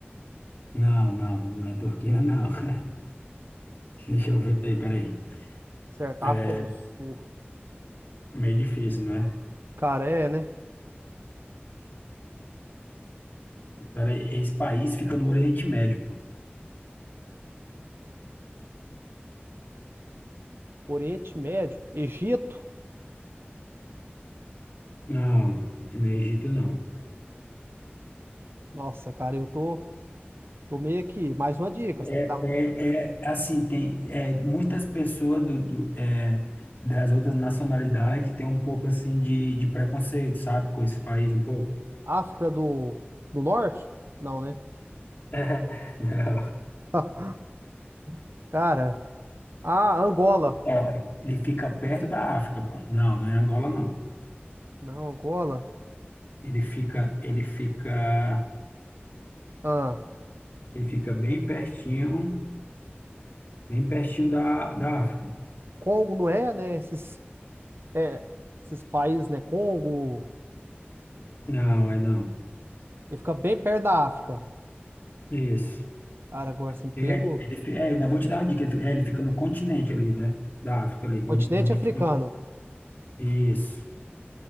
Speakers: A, on the left; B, on the right.
A: Não, não, não é Turquia, não. <laughs> Deixa eu ver, peraí.
B: Certo,
A: É
B: África do Sul.
A: meio difícil, né?
B: Cara, é, né?
A: Cara, esse país fica no Oriente Médio, pô.
B: Oriente Médio, Egito?
A: Não, no Egito não.
B: Nossa, cara, eu tô, tô meio aqui. Mais uma dica,
A: É,
B: você tem que dar
A: é, é é assim, tem é, muitas pessoas do, do, é, das outras nacionalidades têm um pouco assim de, de preconceito, sabe? Com esse país um pouco. <laughs>
B: África do, do Norte? Não, né?
A: É, Não.
B: <laughs> Cara, ah, Angola.
A: Ó, ele fica perto da África, pô. Não, não é Angola, não.
B: Não, Angola.
A: Ele fica, ele fica,
B: Ah,
A: ele fica bem pertinho, bem pertinho da, da África, pô.
B: Congo não é, né? Esses, é, esses países, né? Congo,
A: Não, é não.
B: ele fica bem perto da África.
A: Isso.
B: Cara, agora você me pegou.
A: É, ele fi- é, ainda vou te dar uma dica. Ele fi- é, ele fica no continente ali, né? Da África ali,
B: Continente
A: onde, onde,
B: africano.
A: onde- Isso.